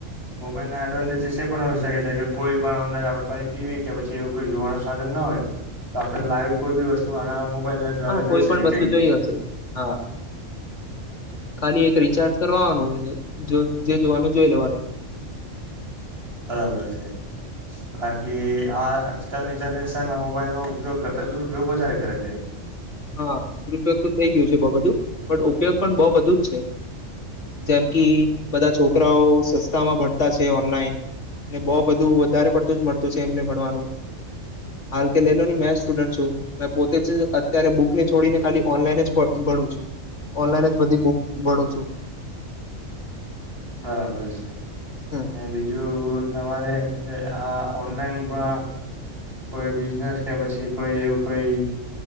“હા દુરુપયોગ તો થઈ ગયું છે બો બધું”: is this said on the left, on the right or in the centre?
Left